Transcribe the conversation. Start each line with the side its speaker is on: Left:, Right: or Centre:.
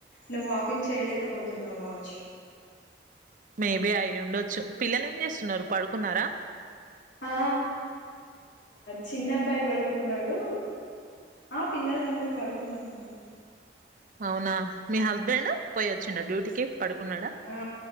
Left: నువ్వు వాకింగ్ చేయలేకపోతున్నావు కావచ్చు
Right: మేబి అయి ఉండొచ్చు పిల్లలు ఏం చేస్తున్నారు పడుకున్నారా
Left: ఆ చిన్నబ్బాయి పడుకున్నాడు ఆ పిల్లలుందరూ పడుకొని ఉన్నారు
Right: అవునా మీ హస్బండ్ పోయ వచ్చిన డ్యూటీకి పడుకున్నాడా
Left: ఆ